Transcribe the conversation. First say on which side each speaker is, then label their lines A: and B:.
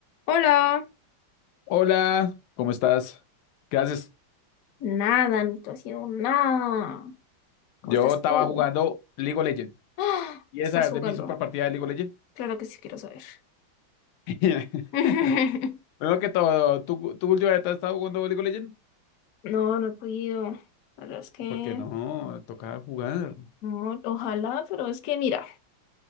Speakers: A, on the left; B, on the left.
A: Hola,
B: Hola, ¿cómo estás? ¿Qué haces?
A: nada, no estoy haciendo nada. ¿Cómo
B: Yo
A: estás
B: estaba
A: tú?
B: jugando League of Legends.
A: ¡Ah!
B: ¿Y esa
A: ¿Estás
B: es
A: jugando?
B: de mi super partida de League of Legends?
A: Claro que sí quiero saber.
B: <laughs>
A: <laughs>
B: Primero que todo, ¿tú, tú últimamente has estado jugando League of Legends?
A: No, no he podido. La verdad es que
B: Porque no, toca jugar.
A: no, ojalá, pero es que mira,